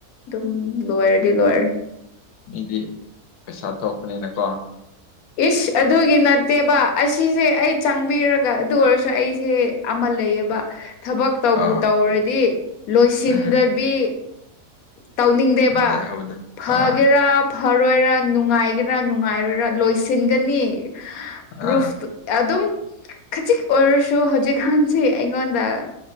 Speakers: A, on the left (about 70°); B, on the left (about 80°).
A: ꯑꯗꯨꯝ ꯂꯣꯏꯔꯗꯤ ꯂꯣꯏꯔꯦ
B: ꯃꯤꯗꯤ ꯄꯩꯁꯥ ꯊꯣꯛꯄꯅꯤꯅꯀꯣ
A: ꯏꯁ ꯑꯗꯨꯒꯤ ꯅꯠꯇꯦꯕ ꯑꯁꯤꯁꯦ ꯑꯩ ꯆꯪꯕꯤꯔꯒ ꯑꯗꯨ ꯑꯣꯏꯔꯁꯨ ꯑꯩꯁꯦ ꯑꯃ ꯂꯩꯌꯦꯕ ꯊꯕꯛ ꯇꯧꯕ
B: ꯑꯥ
A: ꯇꯧꯔꯗꯤ ꯂꯣꯏꯁꯤꯟꯗꯕꯤ
B: ꯎꯝ
A: ꯇꯧꯅꯤꯡꯗꯦꯕ
B: ꯂꯩꯍꯧꯗꯦ
A: ꯐꯒꯦꯔꯥ
B: ꯑꯥ
A: ꯐꯔꯣꯏꯔ ꯅꯨꯡꯉꯥꯏꯒꯦꯔꯥ ꯅꯨꯡꯉꯥꯏꯔꯣꯏꯔ ꯂꯣꯏ ꯁꯤꯟꯒꯅꯤ ꯄ꯭ꯔꯨꯐ
B: ꯑꯥ
A: ꯑꯗꯨꯝ ꯈꯖꯤꯛ ꯑꯣꯏꯔꯁꯨ ꯍꯧꯖꯤꯛꯀꯥꯟꯁꯤ ꯑꯩꯉꯣꯟꯗ